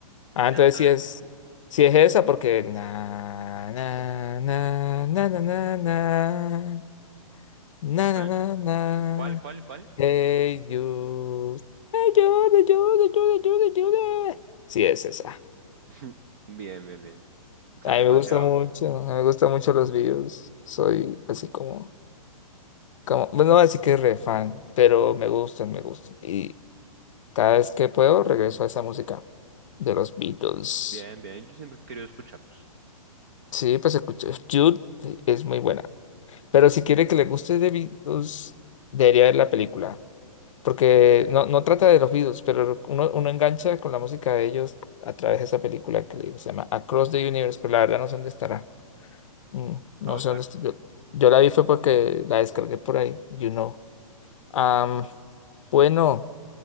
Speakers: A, on the left; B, on the right.
A: Ah,
B: O sea,
A: entonces
B: todo-
A: si es si es esa porque na na na na na na na na
B: entonces,
A: na na na.
B: ¿cuál, cuál, cuál?
A: Hey You. Hey You, ayuda, ayuda, ayuda, ayuda, ayuda. Sí es esa.
B: <laughs> Bien, bien, bien. Sabe
A: A mí
B: demasiado.
A: me gusta mucho, a mí me gustan mucho los videos. Soy así como, como, bueno, no así que re fan, pero me gustan, me gustan. Y cada vez que puedo regreso a esa música de los Beatles.
B: Bien, bien, yo siempre he querido escucharlos.
A: Sí, pues escucho. Jude es muy buena. Pero si quiere que le guste de Beatles, debería ver la película. Porque no, no trata de los Beatles, pero uno, uno engancha con la música de ellos a través de esa película que le digo. Se llama Across the Universe, pero la verdad no sé dónde estará. Mm, no
B: A Oscar,
A: sé dónde estoy. Yo, yo la vi fue porque la descargué por ahí, you know. Am, bueno,